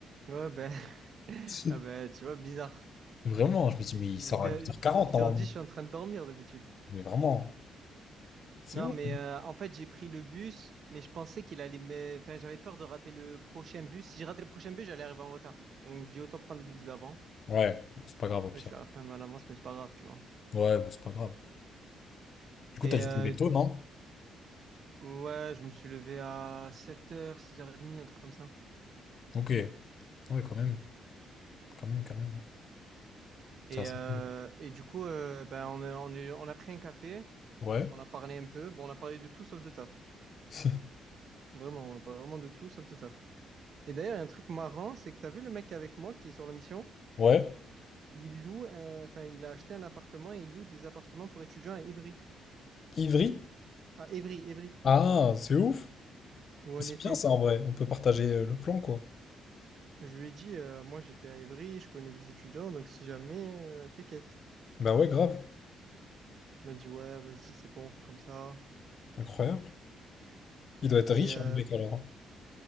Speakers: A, on the right; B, on the left.
A: Ouais, ben, <laughs>
B: Si.
A: ah ben, tu vois, bizarre.
B: Vraiment, je me dis, mais il
A: huit
B: sort à
A: heures
B: huit heures quarante
A: huit
B: normalement.
A: heures dix je suis en train de dormir d'habitude.
B: Mais vraiment, c'est
A: Non,
B: ouf.
A: mais euh, en fait, j'ai pris le bus, mais je pensais qu'il allait me... Enfin, j'avais peur de rater le prochain bus. Si je ratais le prochain bus, j'allais arriver en retard. Donc, je dis autant prendre le bus d'avant.
B: Ouais, bon, c'est pas grave, au
A: Après,
B: pire.
A: je suis un peu en avance, mais c'est pas grave, tu vois.
B: Ouais, bon, c'est pas grave. Du coup,
A: Et
B: t'as dû
A: euh,
B: te lever tôt, non?
A: ouais, je me suis levé à 7h, 6h30, un truc comme ça.
B: Ok. Ouais, quand même. Quand même, quand même. ouais.
A: Et,
B: Ça, c'est-
A: euh, et du coup, euh, ben, on a, on a- on a pris un café,
B: Ouais.
A: on a parlé un peu. Bon, on a parlé de tout sauf de taf.
B: <laughs>
A: Vraiment, on a parlé vraiment de tout sauf de taf. Et d'ailleurs, il y a un truc marrant, c'est que t'as vu le mec avec moi qui est sur la mission?
B: Ouais.
A: Il loue, euh, enfin, il a acheté un appartement et il loue des appartements pour étudiants à Ivry.
B: Ivry?
A: À Évry, Évry,
B: Ah, c'est ouf.
A: où on
B: C'est
A: était.
B: bien ça en vrai. On peut partager euh, le plan, quoi.
A: Je lui ai dit, euh, moi j'étais à Évry, je connais des étudiants, donc si jamais, euh, t'inquiète.
B: Bah ouais, grave.
A: Il m'a dit, ouais, vas-y, c'est bon, on fait comme ça.
B: Incroyable. Il doit être
A: Et
B: riche,
A: euh,
B: hein, le mec, alors.